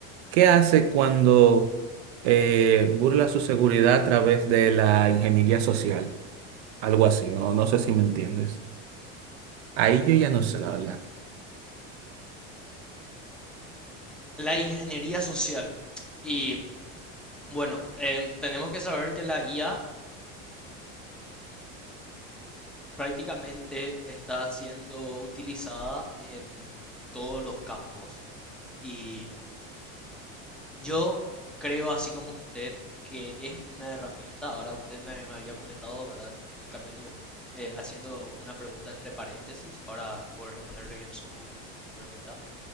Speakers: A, on the right; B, in the centre.
A: ¿qué hace cuando eh, burla su seguridad a través de la ingeniería social? Algo así, ¿no? No sé si me entiendes. Ahí yo ya no sé, la verdad.
B: La ingeniería social. Y bueno, em, tenemos que saber que la IA prácticamente está siendo utilizada en todos los campos y yo creo, así como usted, que es una herramienta, ahora usted me, me había comentado, ¿verdad? Eh, Cambiando, eh, haciendo una pregunta entre paréntesis para poder responderle bien su, su pregunta.